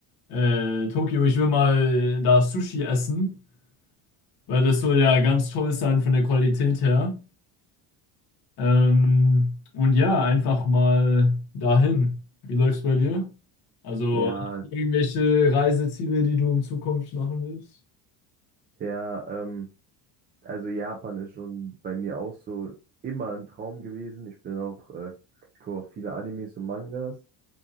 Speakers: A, on the left (about 55°); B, on the right (about 20°).
A: äh, Tokio, ich will mal da Sushi essen, weil das soll ja ganz toll sein von der Qualität her. Ähm, und ja, einfach mal dahin. Wie läuft's bei dir? Also
B: Ja,
A: hast du irgendwelche Reiseziele, die du in Zukunft machen willst?
B: ja, ähm, also Japan ist schon bei mir auch so immer ein Traum gewesen. Ich bin auch, äh, ich gucke auch viele Animes und Mangas.